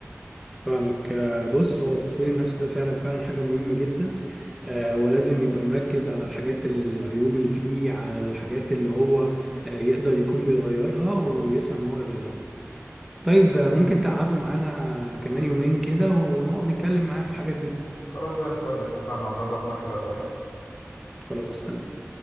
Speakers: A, in the centre; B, on the left.
A: فاهمك آه، بص هو تطوير النفس ده فعلا فعلا حاجة مهمة جدا آه، ولازم يبقى مركز على الحاجات العيوب اللي فيه على الحاجات اللي هو آه، يقدر يكون بيغيرها ويسعى ان هو يغيرها طيب آه، ممكن تقعدوا معانا كمان يومين كده ونقعد نتكلم معاه في الحاجات دي
B: خلاص زي الفل اتفقنا هظبط معاك كده واكلمك
A: خلاص تمام